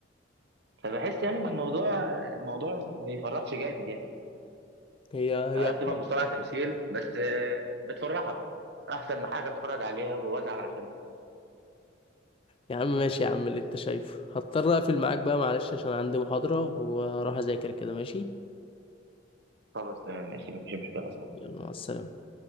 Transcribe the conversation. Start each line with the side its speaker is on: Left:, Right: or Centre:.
Right: فبحس يعني ان الموضوع الموضوع ما بيفرحش جامد يعني
Left: هي هي
Right: على قد ما المصارعه تمثيل بس آه، بتفرحك احسن ما حاجه اتفرج عليها وازعل عشان
Left: يا عم ماشي يا عم اللي انت شايفه هضطر اقفل معاك بقى معلش عشان عندي محاضرة وهروح اذاكر كده ماشي
Right: خلاص تمام ماشي مفيش مشكله صح
Left: يلا مع السلامة